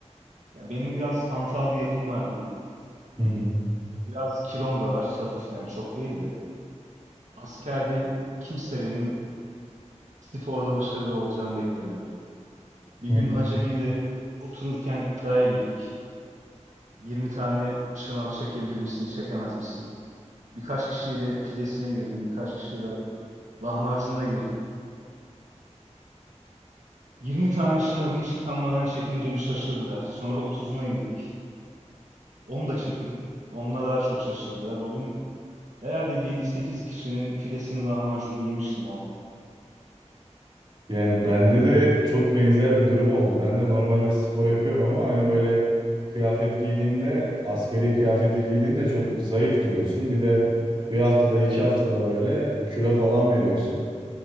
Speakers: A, on the right; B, on the right.
A: Ya benim biraz hantal bir yapım var diyeyim.
B: Hı hı.
A: Biraz kilom da var hafiften çok değil de. Askerde kimse benim sporda başarılı olacağımı beklemiyordu. Bir
B: Hı.
A: gün acemide otururken iddiaya girdik. 20 tane sınav çekebilir misin, çekemez misin? Birkaç kişiyle pidesine girdim, birkaç kişiyle Lahmacununa girdim. 20 tane şınavı hiç tıkanmadan çekince bir şaşırdılar. Sonra otuzuna girdik. Onu da çektim. Onunla daha çok şaşırdılar. O gün herhalde bir yedi sekiz kişinin pidesini lahmacununu yemiştim o hafta.
B: Yani bende de çok benzer bir durum oldu. Ben de normalde spor yapıyorum ama hani böyle kıyafet giydiğinde, askeri kıyafeti giydiğinde çok zayıf duruyorsun. Bir de bir haftada, iki haftada böyle kilo falan veriyorsun.